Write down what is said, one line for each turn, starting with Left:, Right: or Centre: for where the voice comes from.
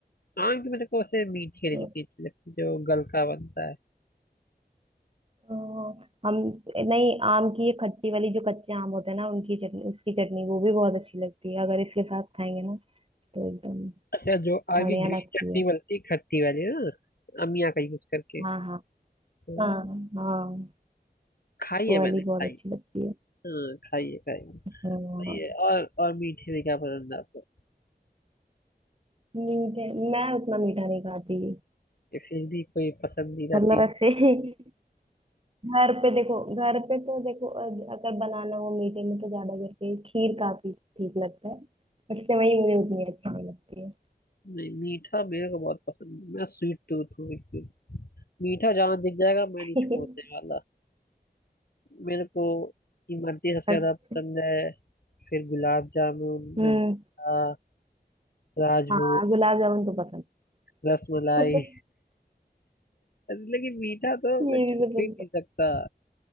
Left: आम की मेरे को वैसे मीठी वाली
Right: तो,
Left: चटनी अच्छी लगती है जो गलका बनता है
Right: तो हम नहीं आम की ये खट्टी वाली जो कच्चे आम होते हैं ना उनकी चटनी उसकी चटनी वो भी बहुत अच्छी लगती है अगर इसके साथ खाएंगे ना तो एकदम
Left: अच्छा जो आम
Right: बढ़िया
Left: की ग्रीन
Right: लगती
Left: चटनी
Right: है
Left: बनती है खट्टी वाली ना अमिया का यूज करके
Right: हाँ हाँ
Left: तो
Right: हाँ हाँ
Left: खाई
Right: वो
Left: है
Right: वाली
Left: मैंने
Right: बहुत
Left: खाई
Right: अच्छी लगती है
Left: हाँ खाई है खाई है
Right: हाँ
Left: खाई है। और और मीठे में क्या पसंद है आपको
Right: मीठे मैं उतना मीठा नहीं खाती
Left: या फिर भी कोई पसंदीदा
Right: मतलब
Left: चीज
Right: ऐसे <laughs> घर पे देखो घर पे तो देखो अ- अगर बनाना हो मीठे में तो ज्यादा करके खीर काफी ठीक लगता है बट सेवई मुझे उतनी अच्छी नहीं लगती है
Left: नहीं मीठा मेरे को बहुत पसंद है मैं स्वीट टूथ हूँ बिल्कुल मीठा जहाँ दिख जाएगा मैं
Right: <laughs>
Left: नहीं छोड़ने वाला मेरे को इमरती सबसे ज्यादा
Right: अच्छा
Left: पसंद है फिर गुलाब जामुन
Right: हम्म
Left: रसगुल्ला राजभोग
Right: हाँ गुलाब जामुन तो पसंद
Left: रसमलाई
Right: <laughs>
Left: लेकिन मीठा तो
Right: ये
Left: मैं छू
Right: भी पसंद
Left: ही नहीं
Right: है
Left: सकता